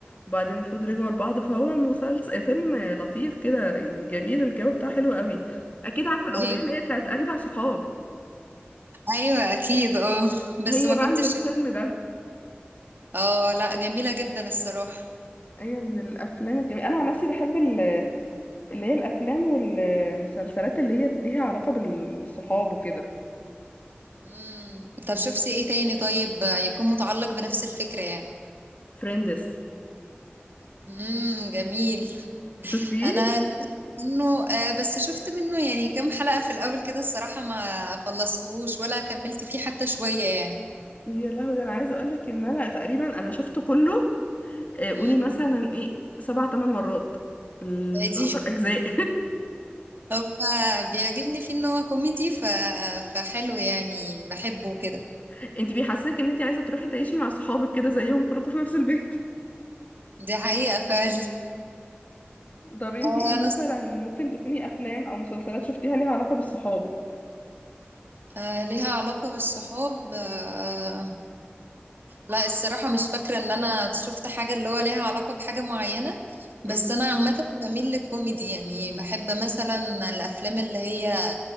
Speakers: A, on the left; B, on the right.
A: وبعدين المفروض رجعوا لبعض فهو مسلسل فيلم آه، لطيف كده يعني جميل الجو بتاعه حلو قوي اكيد عارفة الاغنية
B: ايوه
A: اللي هي بتاعت اجدع صحاب
B: ايوه اكيد اه
A: هي
B: بس ما
A: بقى
B: كنتش
A: من الفيلم
B: شفت
A: ده
B: اه لا جميلة جدا الصراحة
A: هي من الافلام الجميلة انا عن نفسي بحب ال- اللي هي الافلام والمسلسلات اللي هي ليها علاقة بالصحاب وكده
B: امم طب شفتي ايه تاني طيب يكون متعلق بنفس الفكرة يعني
A: فريندز
B: امم جميل
A: شفتيه
B: انا شفت منه آه بس شفت منه يعني كام حلقة في الاول كده الصراحة ما خلصتوش ولا كملت فيه حتى شوية يعني
A: يا لهوي ده انا عايزه اقول لك ان انا تقريبا انا شفته كله آه، قولي
B: امم
A: مثلا ايه سبع ثمان مرات العشر
B: دي
A: اجزاء
B: هو بيعجبني فيه ان هو كوميدي ف... فحلو يعني بحبه كده
A: <laughs> انت بيحسسك ان انت عايزه تروحي تعيشي مع صحابك كده زيهم كلكم في نفس البيت
B: دي حقيقة فعلا <laughs>
A: طب انت
B: آه،
A: ايه مثلا
B: انا
A: ممكن تكوني افلام او مسلسلات شفتيها ليها علاقه بالصحاب
B: آه، ليها علاقة بالصحاب آه، لا الصراحة مش فاكرة ان انا شفت حاجة اللي هو ليها علاقة بحاجة معينة بس
A: مم.
B: انا عامة بميل للكوميدي يعني بحب مثلا الافلام اللي هي